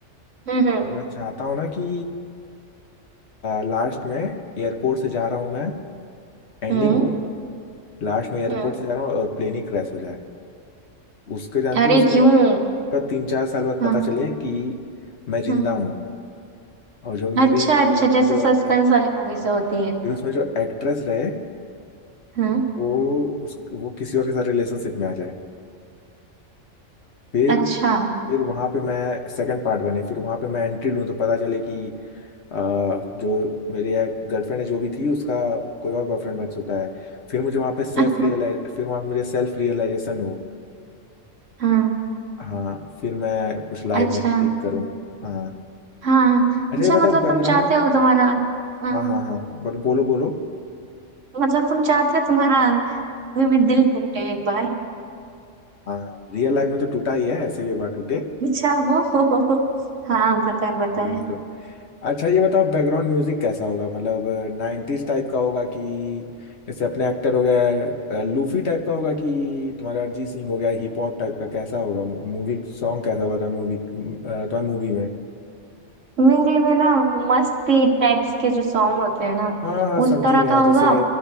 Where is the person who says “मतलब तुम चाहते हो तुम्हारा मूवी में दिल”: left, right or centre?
Right